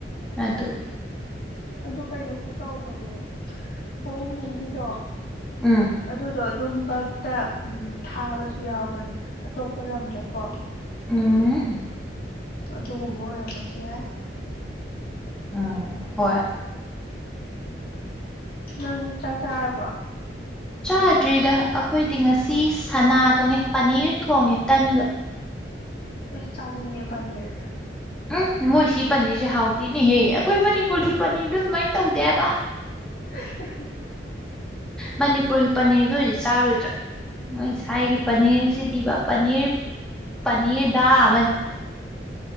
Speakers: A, in the centre; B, on the left (about 60°).
A: ꯑꯗꯨ
B: ꯑꯗꯨ ꯀꯩꯅꯣꯁꯨ ꯇꯧꯕꯅꯦ ꯁꯋꯣꯝꯕꯨꯡꯒꯤꯗꯣ
A: ꯎꯝ
B: ꯑꯗꯨꯗꯣ ꯑꯗꯨꯝ ꯀꯞꯇ ꯎꯝ ꯊꯥꯕꯁꯨ ꯌꯥꯎꯕꯅꯦ ꯑꯇꯣꯞꯄ ꯂꯝꯗꯀꯣ
A: ꯎꯝ
B: ꯑꯗꯨꯒꯨꯝꯕ ꯑꯣꯏꯔꯝꯕꯁꯨ ꯌꯥꯏ
A: ꯑ ꯍꯣꯏ
B: ꯅꯪ ꯆꯥꯛ ꯆꯥꯔꯕꯣ
A: ꯆꯥꯗ꯭ꯔꯤꯗ ꯑꯈꯣꯏꯗꯤ ꯉꯁꯤ ꯁꯅꯥ ꯊꯣꯡꯉꯦ ꯄꯅꯤꯔ ꯊꯣꯡꯉꯦ ꯇꯟꯒ
B: ꯑꯦ ꯆꯥꯅꯤꯡꯉꯦ ꯄꯅꯤꯔ
A: ꯎꯝ ꯃꯣꯏ ꯁꯤ ꯄꯅꯤꯔꯁꯦ ꯍꯥꯎꯇꯦꯅꯦꯍꯦ ꯑꯩꯈꯣꯏ ꯃꯅꯤꯄꯨꯔꯒꯤ ꯄꯅꯤꯔꯗꯨ ꯑꯗꯨꯃꯥꯏꯅ ꯇꯧꯗꯦꯕ
B: <unintelligible>
A: ꯃꯅꯤꯄꯨꯔꯒꯤ ꯄꯅꯤꯔꯗꯨ ꯑꯣꯏꯔꯗꯤ ꯆꯥꯔꯣꯏꯗ꯭ꯔꯥ ꯃꯣꯏ ꯁꯥꯏꯒꯤ ꯄꯅꯤꯔꯁꯤꯗꯤꯕ ꯄꯅꯤꯔ ꯄꯅꯤꯔꯗꯥ ꯑꯃꯅꯤ